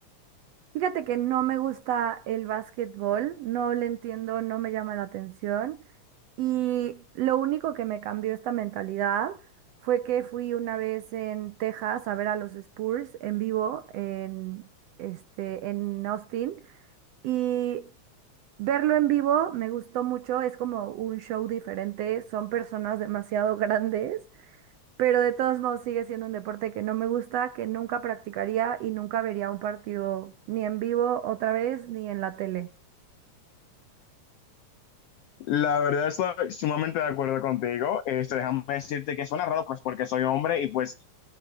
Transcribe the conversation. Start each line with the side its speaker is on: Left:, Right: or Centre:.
Right: Fíjate que no me gusta el básquetbol, no le entiendo, no me llama la atención. Y lo único que me cambió esta mentalidad fue que fui una vez en Texas a ver a los Spurs en vivo en, este, en Austin. Y verlo en vivo me gustó mucho, es como un show diferente, son personas demasiado <laughs> grandes, pero de todos modos sigue siendo un deporte que no me gusta, que nunca practicaría y nunca vería un partido ni en vivo otra vez ni en la tele.
Left: La verdad estoy sumamente de acuerdo contigo. Este, déjame decirte que suena raro, pues porque soy hombre y pues